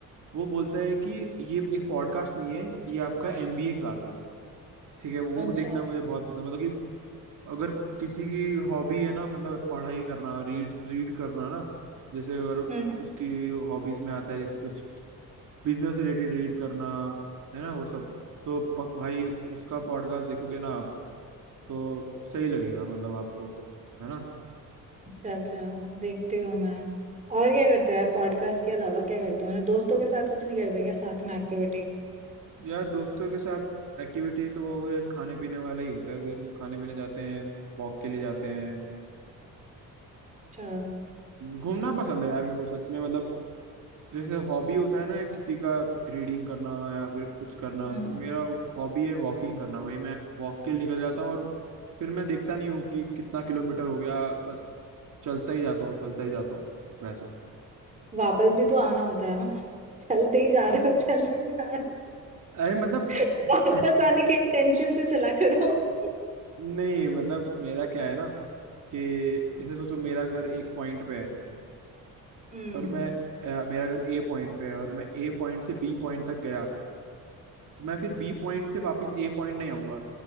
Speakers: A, on the right; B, on the right.
A: वो बोलता है कि ये एक पॉडकास्ट नहीं है ये आपका एमबीए क्लास है ठीक है वो
B: अच्छा
A: देखना मुझे बहुत पसंद है मतलब कि अगर किसी की हॉबी है ना मतलब पढ़ाई करना रीड रीड करना ना जैसे और
B: हम्म
A: उसकी हॉबीज में आता है जैसे कुछ बिजनेस रिलेटेड रीड करना है ना वो सब तो प, भाई उसका पॉडकास्ट देखोगे ना आप तो सही लगेगा मतलब आपको है ना
B: अच्छा अच्छा देखती हूँ मैं और क्या करते हो यार पॉडकास्ट के अलावा क्या करते हो मतलब दोस्तों के साथ कुछ नहीं करते क्या साथ में एक्टिविटी
A: यार दोस्तों के साथ एक्टिविटी तो वो फिर खाने पीने वाला ही होता है फिर हम खाने पीने जाते हैं वॉक के लिए जाते हैं
B: अच्छा
A: घूमना पसंद है यार मेरे को सच में मतलब जैसे हॉबी होता है ना किसी का रीडिंग करना या फिर कुछ करना
B: हम्म
A: तो मेरा हॉबी है वॉकिंग करना भाई मैं वॉक के लिए निकल जाता हूँ और फिर मैं देखता नहीं हूँ कि कितना किलोमीटर हो गया बस चलता ही जाता हूँ चलता ही जाता हूँ वैसा
B: वापस भी तो आना होता है ना <laughs> चलते ही जा
A: <laughs>
B: रहे हो चलते ही जा रहे हो
A: अरे मतलब
B: <laughs>
A: <laughs>
B: वापस आने के इंटेंशन से चला करो <laughs>
A: नहीं मतलब मेरा क्या है ना कि जैसे सोचो मेरा घर एक पॉइंट पे है
B: हम्म
A: और मैं अ, मेरा घर ए पॉइंट पे है और मैं ए पॉइंट से बी पॉइंट तक गया तो मैं फिर बी पॉइंट से वापस ए पॉइंट नहीं आऊंगा